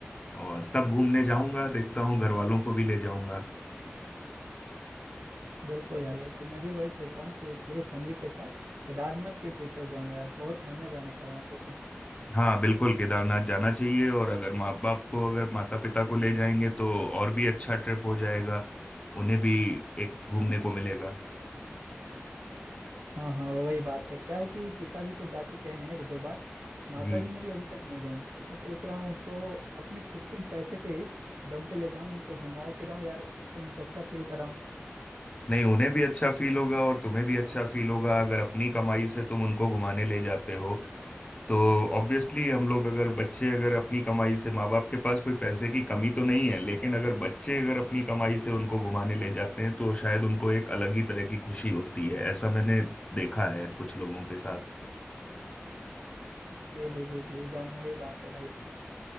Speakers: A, on the left (about 25°); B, on the right (about 70°).
A: और तब घूमने जाऊंगा देखता हूँ घर वालों को भी ले जाऊंगा
B: बिल्कुल यार बिल्कुल मैं भी वही सोचा हूँ कि पूरे फैमिली के साथ केदारनाथ की ट्रिप पे जाऊँ यार बहुत मन है जाने का वहाँ पे तो
A: हाँ बिल्कुल केदारनाथ जाना चाहिए और अगर माँ बाप को अगर माता पिता को ले जाएंगे तो और भी अच्छा ट्रिप हो जाएगा उन्हें भी एक घूमने को मिलेगा
B: हाँ हाँ वही बात है क्या है कि पिताजी तो जा चुके हैं एक दो बार माताजी
A: जी
B: मेरी अभी तक नहीं गई तो मैं सोच रहा हूँ उनको अपने खुद के पैसे के ही दम पे ले जाऊँ उनको घुमाऊं फिराऊं यार अच्छे से उनको अच्छा फील कराऊं
A: नहीं उन्हें भी अच्छा फील होगा और तुम्हें भी अच्छा फील होगा अगर अपनी कमाई से तुम उनको घुमाने ले जाते हो तो ऑब्वियसली हम लोग अगर बच्चे अगर अपनी कमाई से माँ बाप के पास कोई पैसे की कमी तो नहीं है लेकिन अगर बच्चे अगर अपनी कमाई से उनको घुमाने ले जाते हैं तो शायद उनको एक अलग ही तरह की खुशी होती है ऐसा मैंने देखा है कुछ लोगों के साथ
B: जी जी जी जी एकदम वही बात है भाई